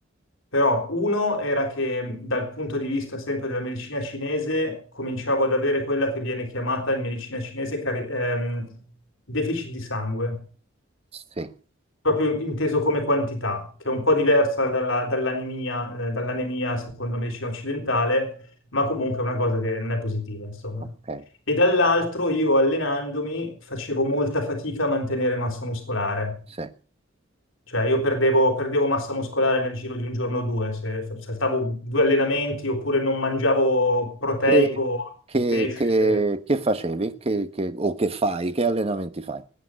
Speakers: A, on the left; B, on the right.
A: però uno era che dal punto di vista sempre della medicina cinese cominciavo ad avere quella che viene chiamata in medicina cinese cari- ehm, deficit di sangue
B: sì,
A: proprio inteso come quantità, che è un po' diversa dalla- dall'anemia, eh, dall'anemia secondo la medicina occidentale, ma comunque è una cosa che non è positiva, insomma.
B: ok,
A: E dall'altro io allenandomi facevo molta fatica a mantenere massa muscolare,
B: sì.
A: cioè io perdevo, perdevo massa muscolare nel giro di un giorno o due, se f- saltavo due allenamenti oppure non mangiavo proteico
B: Che, che-
A: o pesce.
B: che- che facevi? Che- che- o che fai? Che allenamenti fai?